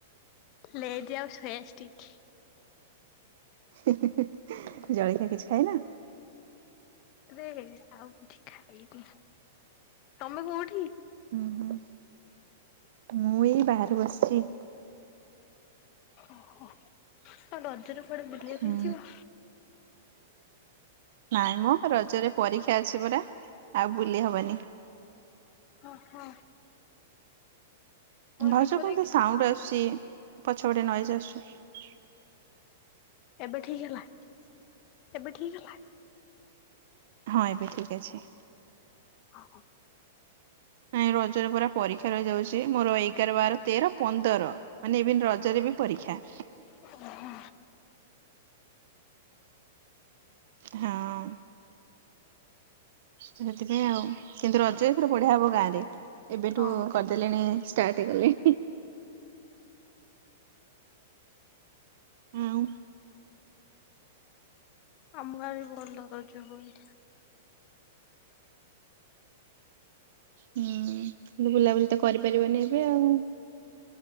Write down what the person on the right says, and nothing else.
ଜଳଖିଆ କିଛି ଖାଇନା?
ହୁଁ ହୁଁ ମୁଁ ଏଇ ବାହାରେ ବସିଚି।
ହୁଁ
ନାଇଁ ମଁ ରଜରେ ପରୀକ୍ଷା ଅଛି ପରା ଆଉ ବୁଲି ହବନି।
ଭାଉଜ
କଣ ଏମତି ସାଉଣ୍ଡ ଆସୁଚି ପଛ ପଟେ ନଏଜ ଆସୁଚି।
ହଁ ଏବେ ଠିକ ଅଛି।
ନାଇଁ ରଜରେ ପରା ପରୀକ୍ଷା ରହିଯାଉଚି। ମୋର ଏଗାର, ବାର, ତେର, ପନ୍ଦର ମାନେ ଇଭିନ ର ରଜରେ ବି ପରୀକ୍ଷା।
ହଁ ତ ସେଥିପାଇଁ ଆଉ କିନ୍ତୁ ରଜ ଏଥର ବଢିଆ ହବ ଗାଁରେ ଏବେଠୁ
କ ଦେଲେଣି ଷ୍ଟାର୍ଟ କଲେଣି। ଆଉ
ହୁଁଉଁ, କିନ୍ତୁ ବୁଲାବୁଲି ତ କରିପାରିବନି ଏବେ ଆଉ।